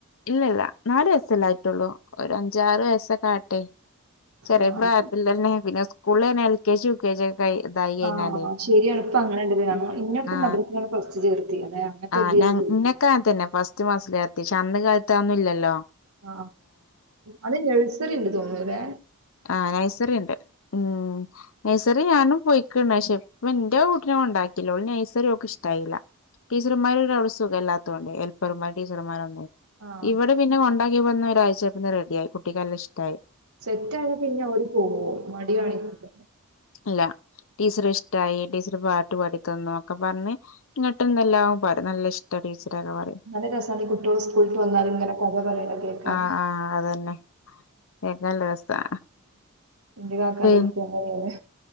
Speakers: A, on the left; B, on the right.
A: ഇല്ല ഇല്ല നാാലു വയസ്സല്ല ആായിട്ടുള്ളൂ ഒരു അഞ്ചാറ് വയസ്സൊക്കെ ആട്ടെ ചെറിയെ
B: ആഹ്
A: പ്രായത്തില്ലന്നെ പിന്നെ സ്കൂളന്നെ L K G U KG ക ഇതായി കഴിഞ്ഞാലേ
B: ആഹ് ശരിയാണ് ഇപ്പൊ അങ്ങനെണ്ടല്ലേ
A: <unintelligible>
B: ഞങ്ങ ഇന്നൊക്കെ
A: ആ
B: മദ്രസയിലാണ് ഫസ്റ്റ് ചേർത്തിയെ അതെ അങ്ങനത്തെ
A: ആ
B: ഒരു ഇതിലാണ്
A: ഞാ
B: ചോദിച്ചത്
A: ഇന്നെ കാത്തന്നെ ഫസ്റ്റ് മാസിലത്തിക്ഷ അന്ന് കാലത്തഅ ഒന്നുംല്ലല്ലോ
B: ആ അത് ഴ്സറി ഉണ്ട് തോന്നതെ
A: ആ നൈസറി ഉണ്ട് മ് നൈസറി ഞാനും പോയിക്ക പക്ഷെ ഇപ്പ എന്റെ കൂട്ടിനെ ഉണ്ടാക്കല്ല നൈസറി ഒക്കെ ഇഷ്ടായില്ല ടീച്ചർമാരുരത്സുഖം എല്ലാത്തുകൊണ്ട് ഹെൽപ്പർമാർ ടീച്ചർമാര
B: ആഹ്
A: ഇവിടെ പിന്നെ കൊണ്ടാക്കി പോകുന്ന ഒഴ്ചപ്പ റെഡിയായി കുട്ടിക്കെല്ലാം ഇ്ടമായി
B: സെറ്റ ആയ പിന്നെ അവര് പോകും മടികാണിക്കില്ല
A: അല്ല ടീച്ചർ ഇഷ്ടമായി ടീച്ചർ പാട്ടു പഠിത്തന്ന ഒക്കെ പറഞ്ഞ് ന്നങ്ങിട്ടന്ന എല്ലാവും പറ നല്ല ഇഷ്ട ടീച്ചറക്കെ പറയും
B: നല്ല രസാണ് ഈ കുട്ടിയോള് സ്കൂൾ വിട്ട് വന്നാല് ഇങ്ങനെ കഥ പറയണ കേൾക്കാന്
A: ആഹ് ആഹ് അതന്നെ കേക്കാൻ നല്ല രസാ
B: ഇന്റെ കാക്കാന്റെ
A: പി
B: കുട്ടി അങ്ങനെയാണ്